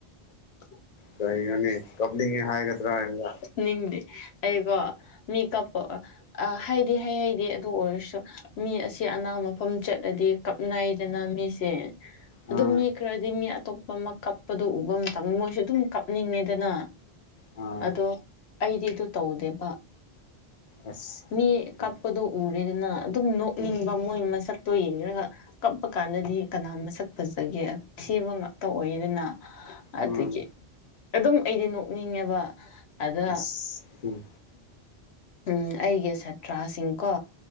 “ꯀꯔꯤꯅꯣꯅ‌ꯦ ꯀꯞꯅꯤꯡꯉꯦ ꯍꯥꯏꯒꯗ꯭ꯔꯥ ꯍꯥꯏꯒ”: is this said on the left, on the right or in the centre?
Left